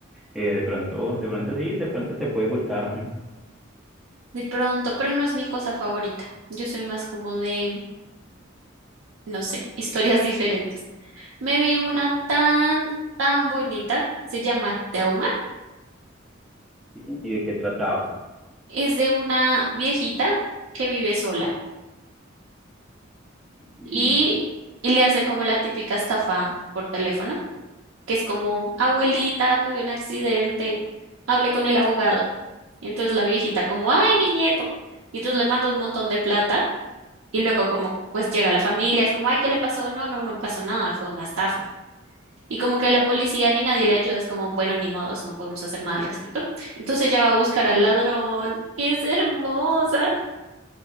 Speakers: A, in the centre; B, on the right (about 80°).
A: eh, de pronto, de pronto sí, de pronto te puede gustar. <laughs>
B: de pronto, pero no es mi cosa favorita. Yo soy más como de, no sé, historias diferentes. Me vi una
A: Y,
B: tan, tan bonita, se llama Thelma.
A: sí, ¿y de qué trataba?
B: Es de una viejita que vive sola
A: Y
B: y, y le hacen como la típica estafa por teléfono, que es como, abuelita, tuve un accidente, hablé con el abogado. Y entonces la viejita como, ay, mi nieto. Y entonces le manda un montón de plata y luego como, pues llega la familia, es como, ay, ¿qué le pasó? No, no, no pasó nada, fue una estafa. Y como que la policía ni nadie le ayuda, es como, bueno, ni modos, no podemos hacer nada al respecto. Entonces ella va a buscar al ladrón. Es hermosa.